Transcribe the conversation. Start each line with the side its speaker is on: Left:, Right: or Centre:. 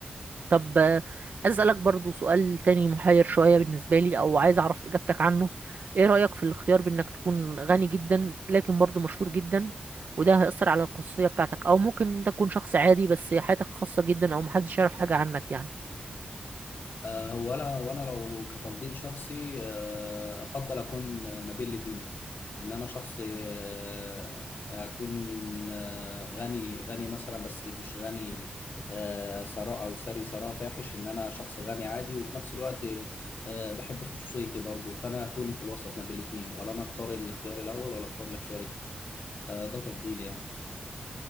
Right: طب آه، عايز اسالك برضو سؤال تاني محير شويه بالنسبه لي او عايز اعرف اجابتك عنه ايه رايك في الاختيار بانك تكون غني جدا لكن برضو مشهور جدا وده هيأثر على الخصوصيه بتاعتك او ممكن تكون شخص عادي بس حياتك خاصه جدا او محدش يعرف حاجه عنك يعني
Left: آه، هو انا وانا لو كتفضيل شخصي آه، افضل اكون ما بين الاثنين ان انا شخص آه، اكون آه، غني غني مثلا بس مش غني آه، ثراء او ثري ثراء فاحش ان انا شخص غني عادي وفي نفس الوقت آه، بحب خصوصيتي برضو فانا اكون في الوسط ما بين الاثنين ولا انا اختار الاختيار الاول ولا اختار الاختيار الثاني آه، ده تفضيلي يعني